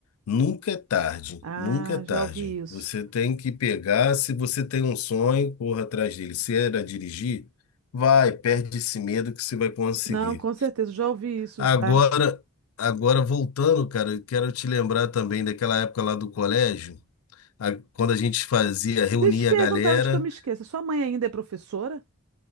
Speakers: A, on the left; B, on the right.
A: nunca é tarde,
B: Ah,
A: nunca é tarde.
B: já ouvi isso.
A: Você tem que pegar, se você tem um sonho, corra atrás dele. Se era dirigir, vai, perde esse medo que você vai conseguir.
B: Não, com certeza, já ouvi isso
A: Agora,
B: já.
A: agora voltando, cara, eu quero te lembrar também daquela época lá do colégio, a- quando a gente fazia, reunia
B: Deixa eu te perguntar
A: a galera.
B: antes que eu me esqueça. Sua mãe ainda é professora?